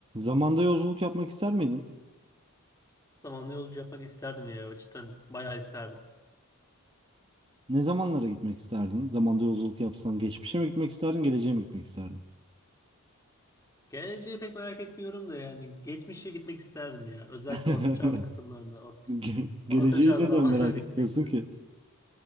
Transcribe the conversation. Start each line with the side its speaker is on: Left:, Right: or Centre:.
Right: Zamanda yolculuk yapmak ister miydin?
Left: Zamanlı yolcu yapmak isterdim ya cidden bayağı isterdim.
Right: Ne zamanlara gitmek isterdin? Zamanda yolculuk yapsan geçmişe mi gitmek isterdin, geleceğe mi gitmek isterdin?
Left: Geleceği pek merak etmiyorum da yani geçmişe gitmek isterdim ya. Özellikle
Right: <laughs>
Left: orta çağ kısımlarında orta,
Right: Ge-
Left: orta
Right: geleceği
Left: çağ
Right: neden
Left: zamanlara
Right: merak etmiyorsun
Left: <laughs> gitmek isterdim.
Right: ki?